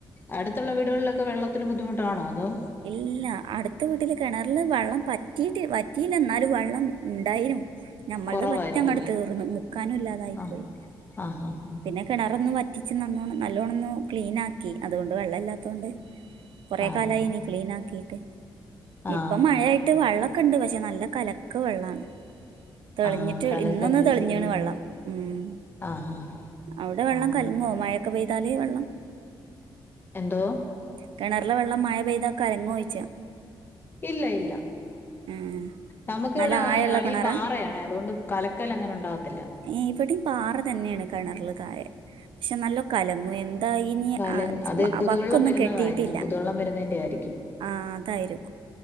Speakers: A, on the left; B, on the right.
A: അടുത്തൊള്ള വീടുകൾലൊക്കെ വെള്ളത്തിന്‌ ബുദ്ധിമുട്ടാണോ അതോ
B: ഇല്ല അടുത്ത വീട്ടില് കെണർ ള്ള് വെള്ളം പറ്റീട്ട് വറ്റിയില്ലന്നാലു വള്ളം ഉണ്ടായ്നു ഞമ്മൾത്
A: കുറവായിരിക്കും
B: പറ്റെങ്ങട് തീർന്നു മുക്കാനുല്ലാതായി
A: ആഹ്
B: പോയി
A: ആഹ് ആഹ്
B: പിന്നെ കെണറൊന്ന് വറ്റിച്ച് നന്നോണം നല്ലോണന്ന് ക്ലീൻ ആക്കി അതുകൊണ്ട് വെള്ളല്ലാത്തോണ്ട് കൊറെ
A: ആഹ്
B: കാലായിനി ക്ലീൻ ആക്കിട്ട്
A: ആഹ്
B: ഇപ്പം
A: ആഹ്
B: മഴയായിട്ട് വെള്ളക്കണ്ട് പക്ഷെ നല്ല കലക്ക് വെള്ളാണ് തെൾഞ്ഞിട്ട്
A: ആഹ് കലക്കലായി
B: ഇന്നൊന്ന് തെളിഞീണ്
A: ശരിയാണ്
B: വെള്ളം ഉം
A: ആഹ് ആഹ്
B: ഔടെ
A: ആഹ്
B: വെള്ളം
A: ആഹ്
B: കൽങ്ങോ മഴൊക്കെ പെയ്താല് വെള്ളം
A: എന്തോ
B: കെണർ ലെ വെള്ളം മഴ പെയ്താ കലങ്ങോ യി
A: ഇല്ല ഇല്ല
B: ആഹ്
A: നമുക്ക്
B: നല്ല
A: വ്ടെ
B: ആഴള്ള
A: അടി
B: കിണറാ
A: പാറയാണെ അതുകൊണ്ട് കലക്കല ങ്ങനെ ഉണ്ടാകത്തില്ല
B: ഏഹ് ഇവിടേം പാറ തന്നെയാണ് കെണറില് തായെ പക്ഷെ നല്ല കലങ്ങു എൻ തായിനി
A: കല
B: അ
A: അത് പുതുവെള്ളം
B: വക്കൊന്നും
A: വരുന്നതായിരിക്കും
B: കെട്ടിയിട്ടില്ല
A: പുതുവെള്ളം വരുന്നതിന്റെ ആയിരിക്കും
B: ആ തായിരും